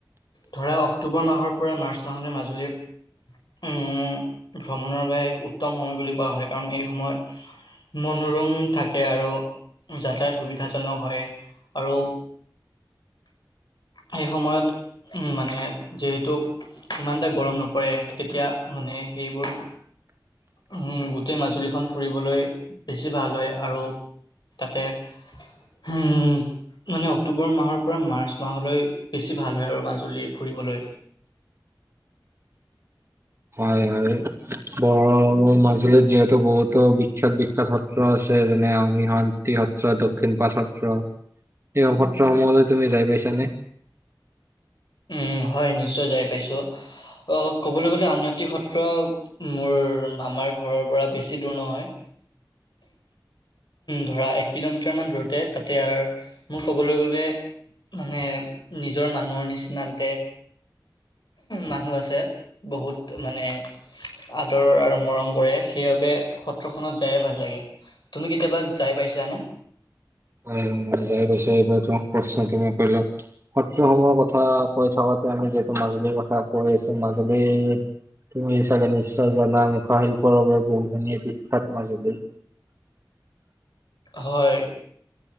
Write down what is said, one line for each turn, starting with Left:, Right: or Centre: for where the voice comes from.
Left: ধৰা অক্টোবৰ মাহৰ পৰা মাৰ্চ মাহলৈ মাজুলীৰ উম ভ্ৰমণৰ বাবে এক উত্তম সময় বুলি কোৱা হয় কাৰণ এই সময়ত মনোৰম থাকে আৰু যাতায়ত সুবিধা- জনক হয় আৰু সেই সময়ত উম মানে যিহেতু ইমান এটা গৰম নপ- ৰে তেতিয়া মানে সেইবোৰ উম গো- গোটেই মাজুলীখন ফুৰিবলৈ বেছি ভাল হয়, আৰু তাতে- হম। মানে অক্টোবৰ মাহৰ- পৰা মাৰ্চ মাহলৈ- বেছি ভাল হয় আৰু মাজুলী- ফুৰিবলৈ।
Right: হয় হয় বৰ মাজুলীত যিহেতু বহুতো বিখ্যাত বিখ্যাত সত্ৰ আছে যেনে অগ্নিশান্তি সত্ৰ, দক্ষিণপাট সত্ৰ এই সত্ৰসমূহলৈ তুমি যাই পাইছানে?
Left: উম হয় নিশ্চয় যাই পাইছো। আহ ক'বলৈ গলে আউনিআটি সত্ৰ মোৰ মামাৰ ঘৰৰ পৰা বেছি দূৰ নহয়, ধৰা এক কিলোমিটাৰ মান দূৰতে তাতে মোৰ ক'বলৈ গলে মানে নিজৰ মানুহৰ নিচি- না তাতে মানুহ আছে বহুত মানে আদৰ আৰু মৰম কৰে সেইবাবে সত্ৰখনত যায়ে ভাল লাগে। তুমি কেতিয়াবা যাই পাইছানে?
Right: হয় মই যায় পাইছো এইবাৰটো। <unintelligible> সত্ৰসমূহৰ কথা কৈ থকাতে আমি যিহেতু মাজুলীৰ কথা কৈ আছো মাজুলী তুমি চাগে নিশ্চয় জানা মুখা-শিল্পৰ বাবে বহুতেই বিখ্যাত মাজুলী।
Left: হয়।